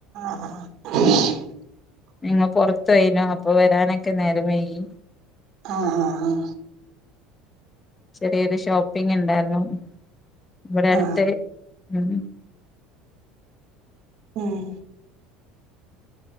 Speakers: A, on the right; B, on the left.
A: ആ
B: നിങ്ങള് പുറത്ത പോയി അപ്പൊ വരാനൊക്കെ നേരം വൈകി
A: ആഹ് ആഹ് ആഹ്
B: ചെറിയൊരു ഷോപ്പിങ് ഉണ്ടായിരുന്നു ഇവിടെ അടുത്ത്
A: ആ
B: ഉം
A: ഉഹ